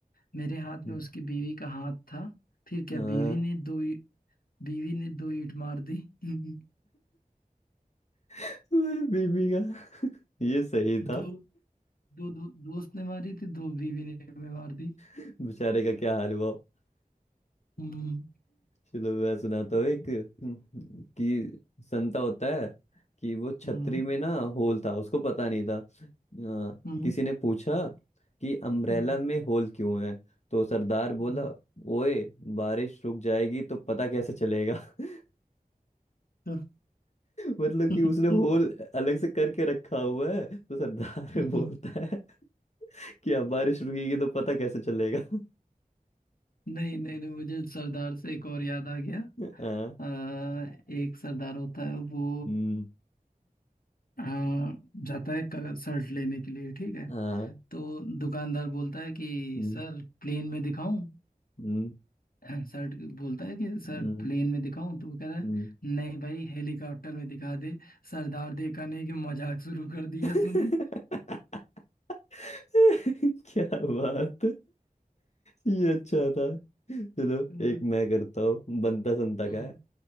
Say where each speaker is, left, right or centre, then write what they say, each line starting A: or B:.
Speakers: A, on the left; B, on the left.
A: मेरे हाथ
B: हम्म,
A: में उसकी बीवी का हाथ था फिर क्या
B: हाँ,
A: बीवी ने दो ई- बीवी ने दो ईंट मार दी <laughs>
B: <laughs> वही बीबी का ये सही था
A: दो दो दो दोस्त ने मारी थी दो बीवी ने भी मार दी
B: बेचारे का क्या हाल हुआ
A: हम्म
B: चलो मैं सुनाता
A: Aham.
B: हूँ एक कि संता होता है कि वो छतरी
A: हम्म
B: में ना होल था उसको पता नहीं था आ,
A: हम्म
B: किसी ने पूछा कि अम्ब्रेला
A: हम्म
B: में होल क्यों है तो सरदार बोला
A: हम्म,
B: ओए बारिश रुक जाएगी तो पता कैसे चलेगा <laughs>
A: तो
B: मतलब
A: <laughs>
B: कि उसने
A: ये
B: होल
A: वो-
B: अलग से करके रखा हुआ है तो सरदार
A: <laughs>
B: <laughs> बोलता है कि अब बारिश रुकेगी तो पता कैसे चलेगा <laughs>
A: नहीं नहीं नहीं मुझे सरदार से एक और याद आ गया
B: हाँ
A: अ, एक सरदार होता है वो
B: हम्म,
A: अ, जाता है क- शर्ट लेने के लिए ठीक है
B: हाँ
A: तो दुकानदार बोलता है कि
B: हम्म
A: सर प्लेन में दिखाऊं
B: हम्म
A: <clears throat> शर्ट बोलता है कि सर
B: हम्म
A: प्लेन में दिखाऊं तो वो कह रहा है
B: हम्म
A: नहीं भाई हेलीकॉप्टर में दिखा दे सरदार देखा नहीं कि मजाक शुरू कर दिया
B: <laughs>
A: तूने
B: क्या बात ये अच्छा था चलो
A: <laughs> हम्म
B: एक मैं करता हूँ बनता संता
A: हम्म
B: का है